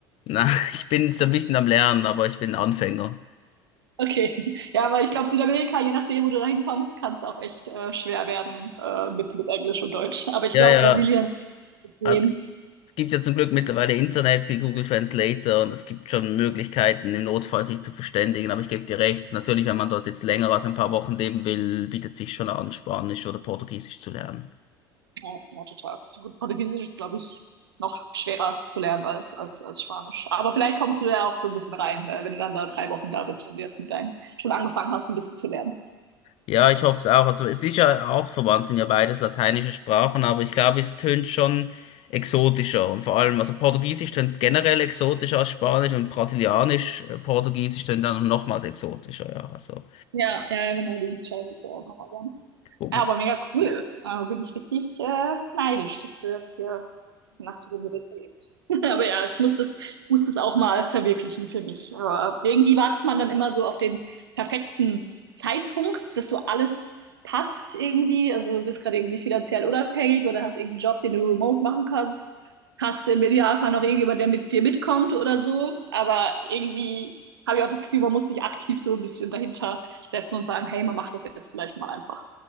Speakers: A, on the left (about 55°); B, on the right (about 85°).
A: na, <laughs> ich bin so ein bisschen am Lernen, aber ich bin Anfänger.
B: Okay. Ja, aber ich glaube, Südamerika, je nachdem, wo du da hinkommst, kann es auch echt äh, schwer werden äh, mit, mit Englisch und Deutsch. Aber ich
A: Ja,
B: glaube,
A: ja.
B: Brasilien wird gehen.
A: Also Es gibt ja zum Glück mittlerweile Internet, es gibt Google Translator und es gibt schon Möglichkeiten, im Notfall sich zu verständigen. Aber ich gebe dir recht, natürlich, wenn man dort jetzt länger als ein paar Wochen leben will, bietet sich schon an, Spanisch oder Portugiesisch zu lernen.
B: Ja, ja, total. Gut, Portugiesisch ist, glaube ich, noch schwerer zu lernen als, als, als Spanisch. Aber vielleicht kommst du ja auch so ein bisschen rein, äh, wenn du dann da drei Wochen da bist und du jetzt mit deinen schon angefangen hast, ein bisschen zu lernen.
A: Ja, ich hoffe es auch. Also es ist ja artverwandt, sind ja beides lateinische Sprachen, aber ich glaube, es tönt schon exotischer. Und vor allem, also Portugiesisch tönt generell exotischer als Spanisch und Brasilianisch, äh, Portugiesisch tönt dann nochmals exotischer, ja. Also,
B: Ja, ja, ja, genau, die unterscheiden sich ja auch nochmal ganz
A: wo-
B: ja,
A: wo-
B: aber mega cool. Äh, bin ich richtig äh, neidisch, dass du jetzt hier so nach so einer Richtung gehst. <laughs> Aber ja, ich muss das, muss das auch mal verwirklichen für mich. Aber irgendwie wartet man dann immer so auf den perfekten Zeitpunkt, dass so alles passt irgendwie. Also du bist gerade irgendwie finanziell unabhängig oder hast irgendeinen Job, den du remote machen kannst. Hast im Idealfall noch irgendjemand, der mit dir mitkommt oder so. Aber irgendwie habe ich auch das Gefühl, man muss sich aktiv so ein bisschen dahinter setzen und sagen, hey, man macht das jetzt vielleicht mal einfach.